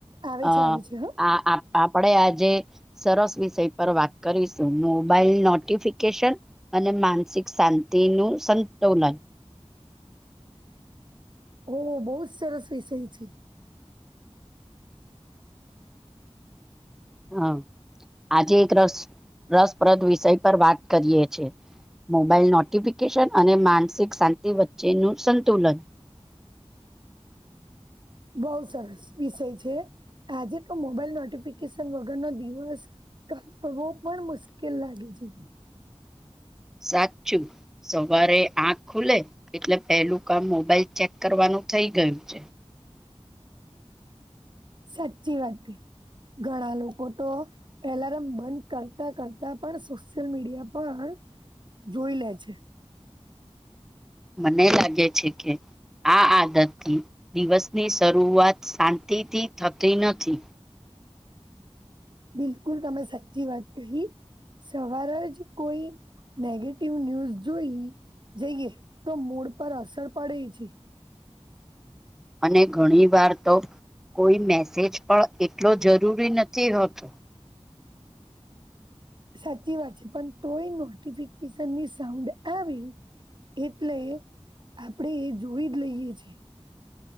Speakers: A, on the right; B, in the centre.
A: આવે
B: અ
A: છે આવે છે હ
B: આ આપડે આજે સરસ વિષય પર વાત કરીશું મોબાઈલ નોટિફિકેશન અને માનસિક શાંતિ નું સંતુલન
A: હા બોજ સરસ વિષય છે.
B: હા આજે એક રસ રસપ્રદ વિષય પર વાત કરીએ છે. મોબાઈલ નોટિફિકેશન અને માનસિક શાંતિ વચ્ચેનું સંતુલન. <inaudible>
A: બહુ સરસ વિષય છે. આજે તો મોબાઈલ નોટિફિકેશન વગરનો દિવસ કાપવો પણ મુશ્કેલ લાગે છે.
B: સાચું સવારે આખ ખુલે એટલે પેલું કામ મોબાઈલ ચેક કરવાનું થઈ ગયું છે.
A: સાચી વાત કઈ ઘણા લોકો તો એલાર્મ બંધ કરતા કરતા પણ સોશિયલ મીડિયા પર જોઈ લે છે.
B: મને લાગે છે કે આ આદતથી દિવસની શરૂઆત શાંતિથી થતી નથી. <inaudible>
A: બિલકુલ તમે સાચી વાત કહી. સવાર જ કોઈ નેગેટિવ ન્યૂઝ જોઈ જઈએ તો મૂડ પર અસર પડે છે.
B: અને ઘણી વાર તો કોઈ મેસેજ પણ એટલો જરૂરી નથી હોતો.
A: સાચી વાત છે પણ તોય નોટિફિકેશન ની સાઉડ આવી એટલે આપડે એ જોઈ જ લઈએ છે.